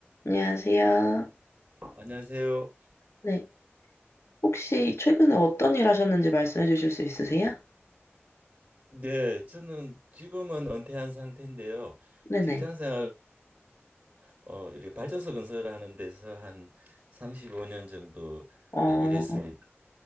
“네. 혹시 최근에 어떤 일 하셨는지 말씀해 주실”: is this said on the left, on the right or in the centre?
Left